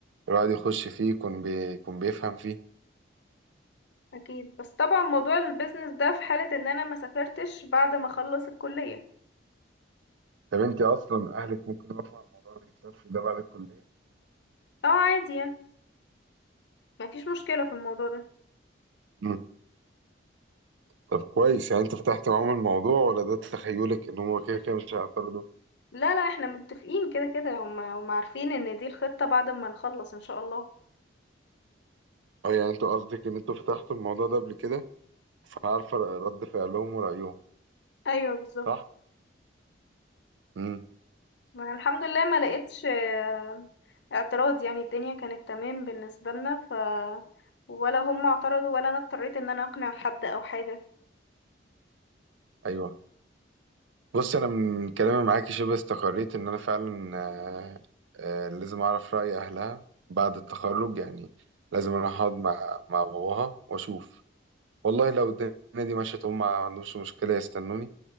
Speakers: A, on the right (about 75°); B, on the left (about 65°).
A: الواحد يخش فيه يكون بي... يكون بيفهم فيه
B: اكيد بس طبعا موضوع البيزنس ده في حالة ان انا ما سافرتش بعد ما اخلص الكلية
A: طب أنت أصلا أهلك ممكن يوافقوا على موضوع الاكتشاف ده بعد الكلية؟
B: اه عادي يعني ما فيش مشكلة في الموضوع ده
A: مم. طب كويس يعني أنت فتحت معاهم الموضوع ولا ده تخيلك إن هما كده كده مش هيعترضوا؟
B: لا لا احنا متفقين كده كده هم هم عارفين ان دي الخطة بعد ما نخلص ان شاء الله
A: أه يعني أنتوا قصدك إن أنتوا فتحتوا الموضوع ده قبل كده فعارفة رد فعلهم ورأيهم
B: ايوه بالظبط
A: صح؟ مم.
B: ما الحمد لله ما لقيتش آه، اعتراض يعني الدنيا كانت تمام بالنسبة لنا ف ولا هم اعترضوا ولا انا اضطريت ان انا اقنع حد او حاجة
A: أيوه بص انا من كلامي معاكي شبه استقريت ان انا فعلا آه، آه، لازم اعرف راي اهلها بعد التخرج يعني لازم اروح اقعد مع مع باباها واشوف والله لو الدنيا دي مشيت هم ما عندهمش مشكله يستنوني